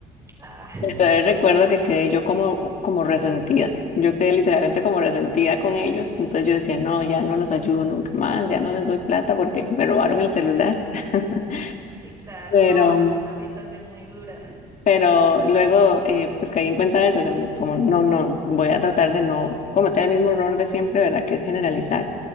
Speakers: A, on the right; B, on the left.
A: Ay,
B: Entonces recuerdo que quedé yo como, como resentida. Yo quedé literalmente como resentida con ellos. Entonces yo decía, no, ya no los ayudo nunca más, ya no les doy plata porque me robaron el celular. <laughs>
A: sí, claro,
B: Pero,
A: no, es una situación muy dura.
B: pero luego eh, pues caí en cuenta de eso, que como no, no, voy a tratar de no cometer el mismo error de siempre, ¿verdad? Que es generalizar.